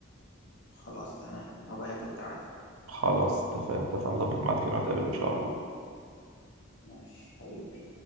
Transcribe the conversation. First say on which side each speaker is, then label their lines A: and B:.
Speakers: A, on the left (about 55°); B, on the right (about 80°).
A: خلاص تمام أبقى هاته وتعالى
B: خلاص اتفقنا اتفقنا نظبط ميعاد كده ونتقابل إن شاء الله
A: ماشي حبيبي